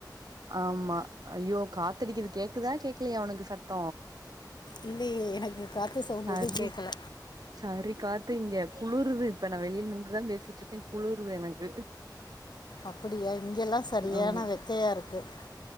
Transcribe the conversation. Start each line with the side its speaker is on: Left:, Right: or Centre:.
Right: ஆமா ஐயோ காத்தடிக்குது கேக்குதா கேக்கலயா உனக்கு சத்த
Left: இல்லயே எனக்கு காத்து சவுண்ட்
Right: சரி
Left: எது கேக்கல
Right: சரி காத்து இங்க குளுறுது இப்ப நா வெளியில நின்னுட்டுதா பேசிட்டு இருக்கே குளுறுது எனக்கு
Left: அப்படியா இங்கெல்லாம் சரியான
Right: ஆமா
Left: வெக்கையாக இருக்குது